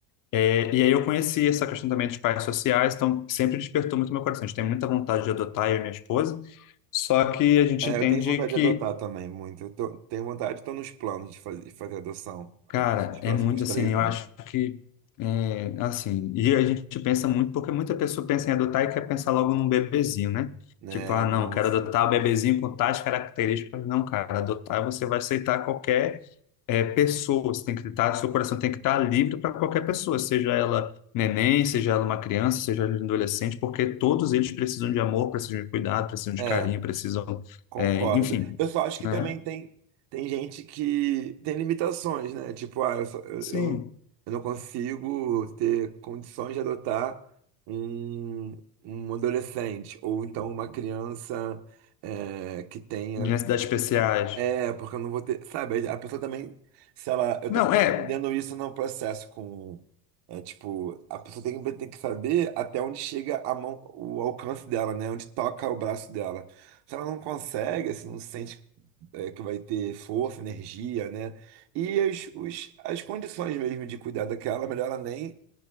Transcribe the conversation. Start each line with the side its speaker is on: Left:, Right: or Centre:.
Left: É, e aí eu conheci essa questão também dos pais sociais, então sempre despertou muito meu coração. A gente tem muita vontade de adotar, eu e minha esposa, só que a gente
Right: É,
Left: entende
Right: eu tenho vontade
Left: que
Right: de adotar também, muito. Eu tô- tenho vontade, estou nos planos de fazer, de fazer adoção a
Left: Cara,
Right: partir dos próximos
Left: é muito
Right: três
Left: assim, eu
Right: anos.
Left: acho que é, assim, e a gente pensa muito, porque muita pessoa pensa em adotar e quer pensar logo num bebezinho, né?
Right: Né,
Left: Tipo, ah,
Right: não,
Left: não, quero
Right: sim.
Left: adotar o bebezinho com tais características. Não, cara, adotar você vai aceitar qualquer é, pessoa, você tem que estar, seu coração tem que estar livre para qualquer pessoa, seja ela neném, seja ela uma criança, seja ela um adolescente, porque todos eles precisam de amor, precisam de cuidado, precisam de
Right: É,
Left: carinho, precisam,
Right: concordo.
Left: é, enfim,
Right: Eu só acho que
Left: né?
Right: também tem, tem gente que tem limitações, né? Tipo, ah, eu, só- eu,
Left: Sim,
Right: eu eu não consigo ter condições de adotar um, um adolescente ou então uma criança é, que tenha
Left: de necessidades especiais.
Right: É, porque eu não vou ter. Sabe, a pessoa também, se ela. Eu
Left: Não,
Right: tô
Left: é.
Right: entendendo isso no processo com. É tipo, a pessoa tem, tem que saber até onde chega a mão, o alcance dela, né? Onde toca o braço dela. Se ela não consegue, assim, não sente é, que vai ter força, energia, né? E os, os, as condições mesmo de cuidar daquela, melhor ela nem,